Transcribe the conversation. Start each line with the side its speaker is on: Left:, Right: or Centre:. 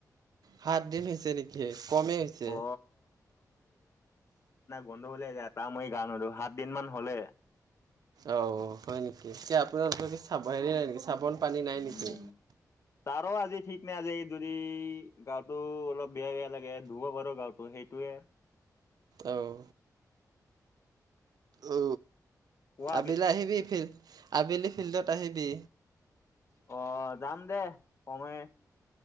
Right: সাত দিন হৈছে নেকি কমেই হৈছে
Left: অ বন্ধু হলে যায় ত মই গা নুধো সাত দিন মান হলে
Right: অ হয় নেকি এতিয়া আপোনালোকৰ পিছে চাব এৰিলে নেকি চাবোন পানী নাই নেকি
Left: উম চা ৰ আজি ঠিক নাই আজি যদি গাতো অলপ বেয়া বেয়া লাগে ধুব পাৰো গাতো সেইটোয়ে
Right: অও অ
Left: কোৱা
Right: আবিলা আহিব ফিৰ আবেলি ফিল্ডত আহিবি
Left: অ'হ যাম দে। সময়